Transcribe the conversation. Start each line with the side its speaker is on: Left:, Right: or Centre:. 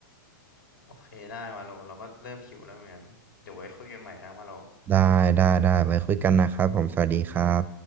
Left: โอเคได้มาโลเราก็เริ่มหิวแล้วเหมือนกันเดี๋ยวไว้คุยกันใหม่นะมาโล
Right: ได้ได้ได้ไว้คุยกันนะครับผมสวัสดีครับ